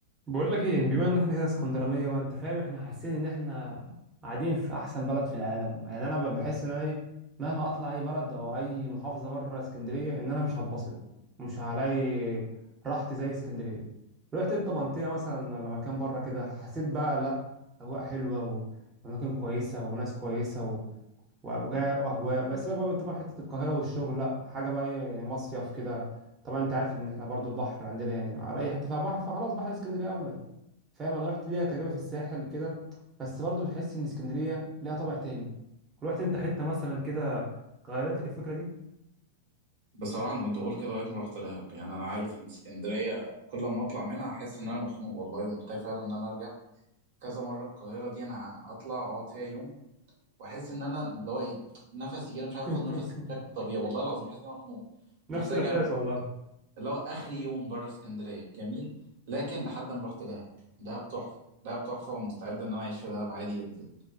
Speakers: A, on the right; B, on the right.
A: بقول لك ايه بما ان احنا كده اسكندرانيه بقى انت فاهم احنا حاسين ان احنا قاعدين في احسن بلد في العالم يعني انا بحس ان انا ايه مهما اطلع اي بلد او اي محافظه بره اسكندريه ان انا مش هتبسط مش هلاقي راحتي زي اسكندريه رحت انت منطقه مثلا ولا مكان بره كده حسيت بقى لا اجواء حلوه واماكن كويسه وناس كويسه و... واجواء واجواء بس سيبك بقى من طبعا حته القاهره والشغل لا حاجه بقى ايه يعني مصيف كده طبعا انت عارف ان احنا برضو البحر عندنا يعني على اي حته فيها بحر فخلاص بحر اسكندريه اولى فاهم انا رحت ليها تجربه في الساحل كده بس برضه بتحس ان اسكندريه ليها طابع تاني رحت انت حته مثلا كده غيرت لك الفكره دي
B: بصراحة أنا كنت بقول كده لغاية ما رحت دهب يعني أنا عارف إن اسكندرية كل ما أطلع منها أحس إن أنا مخنوق والله ومحتاج فعلا إن أنا أرجع كذا مرة القاهرة دي أنا أطلع أقعد فيها يوم وأحس إن أنا اللي هو إيه نفسي كده مش عارف آخد
A: <laughs>
B: نفسي بشكل طبيعي والله العظيم أحس إن أنا مخنوق
A: نفس
B: محتاج
A: الاحساس
B: أرجع
A: والله
B: اللي هو آخر يوم بره اسكندرية جميل لكن لحد ما رحت دهب دهب تحفة دهب تحفة ومستعد إن أنا أعيش في دهب عادي جدا